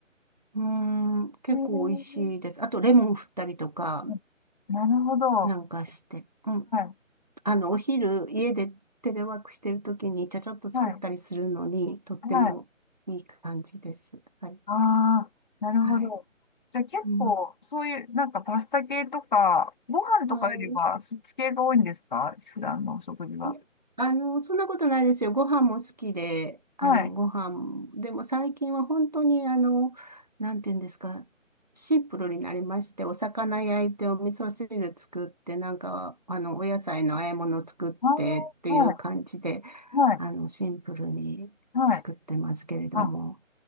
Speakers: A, on the right; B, on the left.
A: うーん、結構美味しいです。
B: い。えー、
A: あと、レモン振ったりとか、
B: おなるほど。は
A: なんかして。うん
B: い。
A: あの、お昼、家でテレワークしてるときに、ちゃちゃっと作ったりするのに、
B: はい。
A: とってもいい感じです。
B: はい。
A: はい。
B: ああ、なるほど。
A: はい。
B: じゃあ結構、
A: うん。
B: そういう、なんかパスタ系とか、ご飯とかよりは、
A: はい。
B: そっち系が多いんですか普段のお食事は。
A: いや、あの、そんなことないですよ。ご飯も好きで、あの、
B: はい。
A: ご飯、でも最近は本当に、あの、なんていうんですか、シンプルになりまして、お魚焼いて、お味噌汁作って、なんか、あの、お野菜の和え物作ってっていう感じで、
B: ああ、はい、はい、
A: あの、シンプルに作ってますけれども、
B: はい。あ、